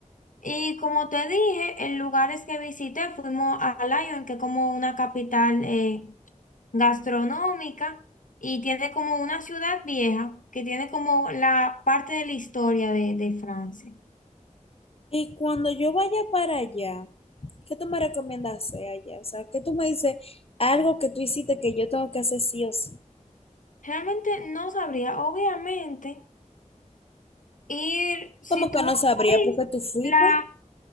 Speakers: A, on the left; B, on the left.
A: Y como te dije, en lugares que visité fuimos a Lyon, que es como una capital eh, gastronómica y tiene como una ciudad vieja que tiene como la parte de la historia de de Francia.
B: Y cuando yo vaya para allá, ¿qué tú me recomiendas hacer allá? O sea, ¿qué tú me dices algo que tú hiciste que yo tengo que hacer sí o sí?
A: Realmente no sabría. Obviamente, ir, si
B: Como que
A: tú
B: no
A: vas a
B: sabría
A: París,
B: por qué tú fuiste.
A: la,